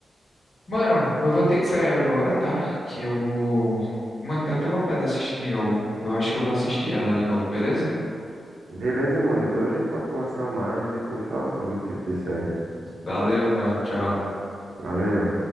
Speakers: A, on the left; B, on the right.
A: Mano, eu vou ter que sair agora, tá? Que eu vou. Mano, dá até vontade de assistir de novo. Eu acho que eu vou assistir ela de novo, beleza?
B: Beleza, mano. Depois a gente pode conversar mais e depois fala sobre o tipo de série.
A: Valeu, mano. Tchau.
B: Valeu.